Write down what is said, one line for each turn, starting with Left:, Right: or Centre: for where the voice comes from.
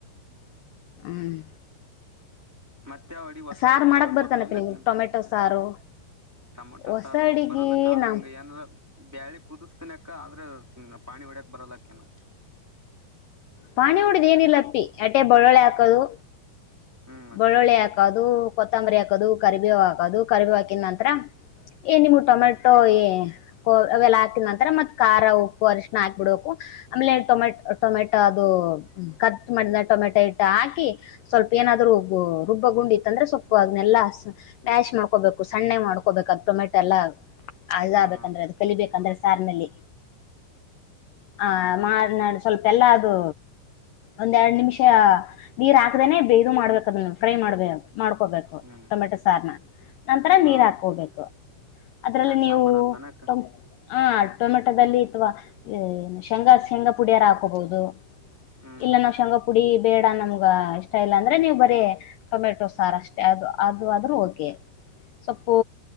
Left: ಹ್ಮ್
Centre: ಮತ್ತಾವಡಿಗ್ ಹೊಸ
Left: ಸಾರ್
Centre: ಅಡಿಗಿ
Left: ಮಾಡಕ್
Centre: ಯಾವಾರ
Left: ಬರ್ತಾನಪ್ಪಿ
Centre: ಬರ್ತಾವೇನ್
Left: ನಿಂಗ್
Centre: ಅಕ್ಕಾರೆ
Left: ಟೊಮೆಟೊ ಸಾರು
Centre: ಟಮಟೊ
Left: ಹೊಸ
Centre: ಸಾರು
Left: ಅಡಿಗಿ
Centre: ಬರಲಕ್ಕ, ಆದ್ರ
Left: ನಾ
Centre: ಹಿಂಗ್ ಏನಾರ ಬ್ಯಾಳಿ ಕುದುಸ್ತೀನಕ್ಕ ಆದ್ರೆ ಇನ್ನ ಪಾಣಿ ಒಡ್ಯಕ್ ಬರಲಕಿನ್ನ.
Left: ಪಾಣಿ ಹೊಡಿದ್ ಏನಿಲ್ಲಪ್ಪಿ ಅಟೆ ಬಳ್ಳೊಳ್ಳೆ ಹಾಕ್ ಕದು
Centre: ಹ್ಮ್ ಅಕ್ಕ
Left: ಬಳ್ಳುಳ್ಳಿ ಹಾಕದು, ಕೊತ್ತಂಬರಿ ಹಾಕದು, ಕರಿಬೇವ್ ಹಾಕದು, ಕರಿಬೇವ್ ಹಾಕಿದ್ ನಂತರ ಎಣ್ಣಿಮು ಟೊಮೆಟೊ ಏ ಕೊ ಅವೆಲ್ಲ ಹಾಕಿದ್ ನಂತರ ಮತ್ ಖಾರ ಉಪ್ಪು ಅರಶಣ ಹಾಕ್ಬಿಡ್ಬೇಕು. ಆಮೇಲೆ ಟೊಮೆ ಟೊಮೆಟೊ ಅದು ಕಟ್ ಮಾಡಿದ ಟೊಮೆಟೊ ಇಟ್ಟ ಹಾಕಿ ಸ್ವಲ್ಪ್ ಏನಾದ್ರು ಬೂ ರುಬ್ಬ ಗುಂಡಿತ್ತಂದ್ರೆ ಸಲ್ಪ್ ಅದನ್ನೆಲ್ಲಾ ಮ್ಯಾಶ್ ಮಾಡ್ಕೋಬೇಕು, ಸಣ್ಣಗ್ ಮಾಡ್ಕೋಬೇಕು ಅದು ಟೊಮೆಟೊ ಎಲ್ಲ ಅದು ಇದಾಗಬೇಕಂದ್ರೆ
Centre: ಹ್ಮ
Left: ಅದು ಕಲಿಬೇಕಂದ್ರೆ ಸಾರಿನಲ್ಲಿ ಆ
Centre: ಹ್ಮ್ ಹ್ಮ್
Left: ಮಾಡ್ ನಾಡ್ ಸ್ವಲ್ಪ ಎಲ್ಲಾ ಅದು ಒಂದೆರ್ಡ್ ನಿಮಿಷ ನೀರ್ ಹಾಕದೇನೆ ಇದು ಮಾಡ್ಬೇಕ್ ಫ್ರೈ ಮಾಡ್ಬೇ ಮಾಡ್ಕೋಬೇಕು
Centre: ಹ್ಮ್
Left: ಟೊಮೆಟೊ ಸಾರ್ನ ನಂತರ
Centre: ಹಾ
Left: ನೀರ್ ಹಾಕೋಬೇಕು. ಅದ್ರಲ್ಲಿ
Centre: ದಡ್ ಸಾಂಬಾರ್
Left: ನೀವು
Centre: ಆತಾನಕ್ಕ
Left: ಟಂ ಆ ಟೊಮೆಟೋದಲ್ಲಿ ಅಥವಾ ಈ ಶೇಂಗಾ ಶೇಂಗಾ ಪುಡಿಯಾರ ಹಾಕೋಬೋದು,
Centre: ಹ್ಮ್
Left: ಇಲ್ಲ ನಾವ್ ಶೇಂಗಾ ಪುಡಿ ಬೇಡ ನಮ್ಗ ಇಷ್ಟ ಇಲ್ಲ ಅಂದ್ರೆ ನೀವು ಬ ರೆ ಟೊಮೆಟೊ ಸಾರಷ್ಟೆ ಅದು, ಅದು ಆದ್ರೂ ಓಕೆ ಸಪ್ಪು